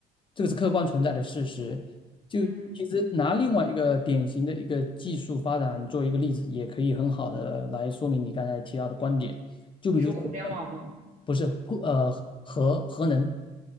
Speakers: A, on the left; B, on the right.
A: 这个是客观存在的事实。就其实拿另外一个典型的一个技术发展作为一个例子，
B: 嗯。
A: 也可以很好的来说明你刚才提到的观点。就比如说那个，
B: 你说互联网吗？
A: 不是，呃，核核能。